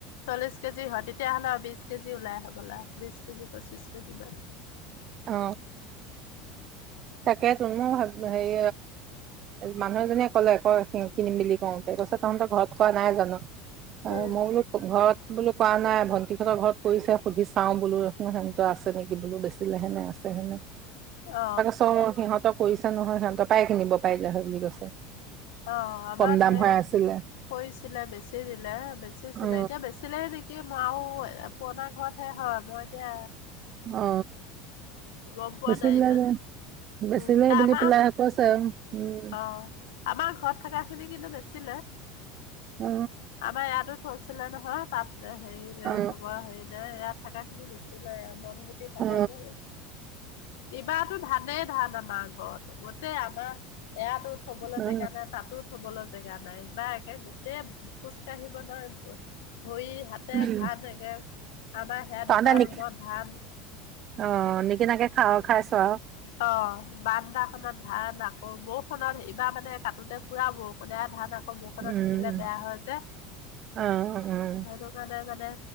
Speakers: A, on the left; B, on the right.
A: চল্লিশ কেজি হয় তেতিয়া হ'লে আৰু বিচ্ছ কেজি ওলাই হ'বলা বিশ কেজি পঁচিশ কেজি মান
B: অ‌ তাকে ত মই ভাব হেৰি মানুহ এজনীয়ে কলে আ কিনিম বুলি কওঁতে। কৈছে তহঁতৰ ঘৰত খোৱা নাই জানো আহ
A: উম।
B: মই বলো ঘৰত বোলো কোৱা নাই ভণ্টিহঁতৰ ঘৰত কৰিছে সুধি চাও বো সেহতোৰ আছে নেকি বোলো বেচিলে হেনে আছে হেনো
A: অ
B: চ সিহঁতক কৰিছে নহয় সিহঁতৰ পায় কিনিব পাৰিলে হয় বুলি কৈছে
A: অ <unintelligible>
B: কম দাম হৈ আছিলে
A: কৈছিলে বেচি দিলে বেচিছিলে
B: অ
A: এতিয়া বেচিলে নেকি মই আৰু পুৰণা ঘৰতহে হয় মই এতিয়া
B: অ
A: গম পোৱা
B: বেচিলে
A: নাই ইমান।
B: যে বেচিলে
A: উম, এ
B: বুলি
A: আমাৰ
B: পেলাই কৈছে উম
A: অ' আমাৰ ঘৰত থকা খিনিক কিন্তু বেচে
B: অ অ
A: আমাৰ ইয়াতো থৈছিলে নহয় তাত হেৰি
B: অ
A: থবৰ হেৰি ন ইয়াত থকা খিনি বেছি লে বন গুটি থাক
B: অ
A: যে কিবাতো ধানেই ধান আমাৰ ঘৰত গোটেই আমাৰ এয়াতো থ'বলৈ
B: অ,
A: জেগা নাই তাতো থ'বলৈ। জেগা নাই বা একে গোটেই খোজ কাঢ়িব নোৱাৰ। ভৰি হাতে
B: উম,
A: ধান একে আমাৰ সেয়া
B: তহঁতে
A: দুটা
B: নি
A: ৰুমত ধান।
B: অ নিকিনাকে খাওঁ খাইছো আ।
A: অ বান্দা খনত ধান আকৌ বৰষুনত এইবাৰ মানে কাটোতে পুৰা বৰষুণে ধান আকৌ। বৰষুণত
B: উম,
A: তিতিলে বেয়া হয় যে
B: অ', উম,
A: সেইটো কাৰণে। মানে